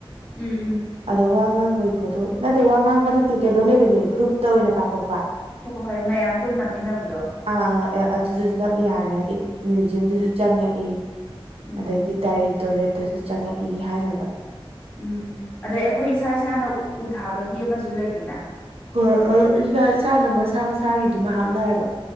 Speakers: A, on the left; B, on the right.
A: ꯎꯝ ꯎꯝ
B: ꯑꯗ ꯋꯥ ꯉꯥꯡꯕꯩ ꯐꯣꯇꯣ ꯅꯠꯇꯦ ꯋꯥ ꯉꯥꯡꯕ ꯅꯠꯇꯦ ꯀꯩꯅꯣ ꯂꯩꯕꯅꯦ ꯒ꯭ꯔꯨꯞꯇ ꯑꯣꯏꯅ ꯀꯥꯞꯄꯛꯄ
A: ꯍꯣꯏ ꯍꯣꯏ ꯃꯌꯥꯝ ꯄꯨꯟꯅꯝꯃꯤꯟꯅꯕꯗꯣ
B: ꯑꯥ ꯑꯦ ꯑꯗꯨꯖꯨ ꯅꯞ ꯌꯥꯔꯦ ꯍꯥꯏꯗꯤ ꯃ꯭ꯌꯨꯖꯤꯌꯝꯗꯖꯨ ꯆꯪꯉꯛꯏ
A: ꯎꯝ
B: ꯑꯗꯒꯤ ꯗꯥꯏꯔꯦꯛꯇꯣꯔꯦꯠꯇꯁꯨ ꯆꯪꯉꯛꯏ ꯍꯥꯏꯅꯕ
A: ꯎꯝ ꯑꯗꯩ ꯑꯩꯈꯣꯏ ꯏꯁꯥ ꯏꯁꯥꯅ ꯎ ꯊꯥꯕꯒꯤ ꯑꯃꯖꯨ ꯂꯩꯗꯅꯥ
B: ꯍꯣꯏ ꯍꯣꯏ ꯏꯁꯥꯅ ꯃꯁꯥ ꯃꯁꯥꯒꯤꯗꯨꯃ ꯍꯥꯞꯅꯔꯕ